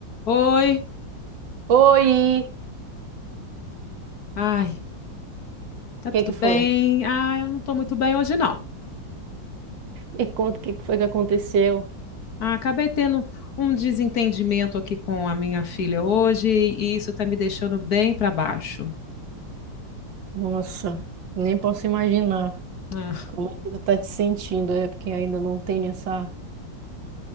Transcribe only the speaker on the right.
Oi!
O
que que
foi?
Me conta o que que foi que aconteceu.
Nossa, nem posso imaginar
como é que tu tá te sentindo, é porque ainda não tenho essa,